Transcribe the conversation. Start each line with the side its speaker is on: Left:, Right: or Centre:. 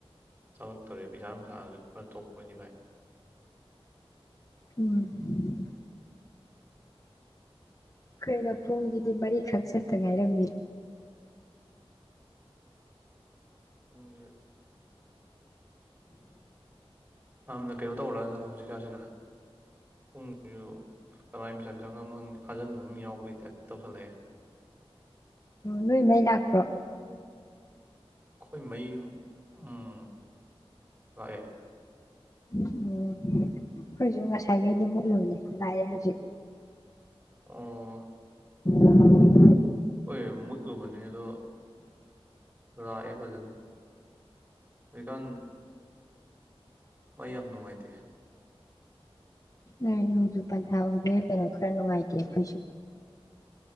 Right: ꯆꯥꯛꯂꯛꯇꯣꯔꯦ ꯄꯩꯁꯥ ꯅꯨꯡꯁꯥꯁꯨ ꯈꯔ ꯊꯣꯛꯄ ꯑꯣꯏꯗꯤ ꯐꯩ
Left: ꯎꯝ ꯀꯩꯅꯣ ꯄꯨꯡꯁꯤꯗꯤ ꯃꯔꯤ ꯈꯛ ꯆꯠꯇ ꯉꯥꯏꯔꯝꯃꯤ
Right: ꯄꯨꯡꯁꯤ ꯌꯥꯝꯅ ꯀꯩꯅꯣ ꯇꯧꯔꯛꯑꯖꯥꯠꯂ ꯍꯧꯖꯤꯛ ꯀꯥꯟꯁꯤꯅ ꯄꯨꯡꯁꯤꯖꯨ ꯀꯅꯥꯏ ꯃꯤꯆꯪ ꯆꯪꯉꯕꯅꯣ ꯈꯪꯗꯦ ꯐꯖꯟꯕ ꯃ ꯌꯥꯎꯕꯩ ꯇꯥꯏꯞ ꯇꯧꯁꯜꯂꯛ ꯑꯦ
Left: ꯅꯣꯏ ꯃꯩ ꯂꯥꯛꯄ꯭ꯔꯣ
Right: ꯈꯣꯏ ꯃꯩ ꯎꯝ ꯂꯥꯛ ꯑꯦ
Left: ꯑꯣ ꯑꯈꯣꯏꯁꯨ ꯉꯥꯁꯥꯏꯒꯩꯗꯤ ꯃꯨꯠꯂꯨꯕꯅꯦ ꯂꯥꯛꯑꯦ ꯍꯧꯖꯤꯛ
Right: ꯑꯣ
Left: <unintelligible>
Right: ꯑꯈꯣꯏꯁꯨ ꯃꯨꯠꯂꯨꯕꯅꯦ ꯑꯗꯣ ꯂꯥꯛꯑꯦ ꯐꯖꯅ ꯍꯧꯖꯤꯛꯀꯥꯟ ꯃꯩ ꯌꯥꯝ ꯅꯨꯡꯉꯥꯏꯇꯦ
Left: ꯅꯣꯡꯖꯨ ꯄꯥꯟꯊꯥ ꯑꯣꯏꯕꯩꯔ ꯀꯩꯅꯣ ꯈꯔ ꯅꯨꯡꯉꯥꯏꯇꯦ ꯑꯈꯣꯏꯁꯨ